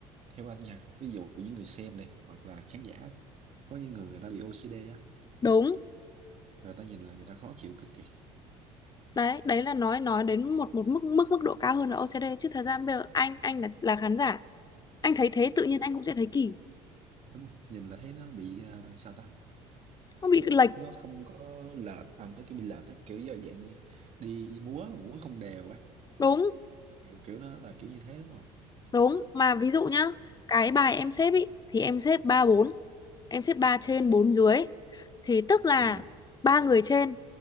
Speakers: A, on the right; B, on the left.
A: theo anh nha ví dụ những người xem đây hoặc là khán giả có những người người ta bị OCD á
B: đúng
A: người ta nhìn là người ta khó chịu cực kỳ
B: đấy đấy là nói nói đến một một mức mức mức độ cao hơn là OCD chứ thật ra bây giờ anh anh là là khán giả anh thấy thế tự nhiên anh cũng sẽ thấy kỳ
A: đúng rồi nhìn là thấy nó bị à, sao ta
B: nó bị lệch
A: nó không có lệch à nó cứ bị lệch á kiểu do dạng như đi múa mà múa không đều á
B: đúng
A: kiểu kiểu đó là kiểu như thế đúng không
B: đúng mà ví dụ nhá
A: Ừ.
B: cái bài em xếp ý thì em xếp ba bốn em xếp ba trên bốn dưới thì tức là
A: ừ
B: ba người trên